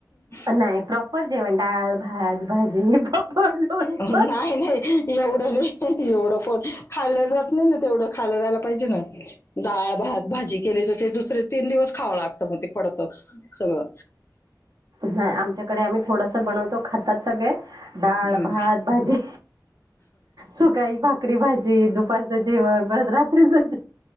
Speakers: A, on the left; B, on the right.
A: <unintelligible>
B: नाही प्रॉपर जेवण डाळ, भात. भाजी पापड लोणचं.
A: नाही, नाही एवढं! एवढं फोन खाल्ल जात, नाही ना तेवढं खालं जायला, पाहिजे ना. डाळ, भात, भाजी केली ते दुसरे तीन दिवस खावं लागतं, मग ते पडत सगळं
B: नाही आमच्याकडे आम्ही, थोडसं बनवतो. खातात सगळे डाळ,
A: हम्म.
B: भात, भाजी. सुकाई भाकरी, भाजी दुपारचं जेवण परत रात्रीच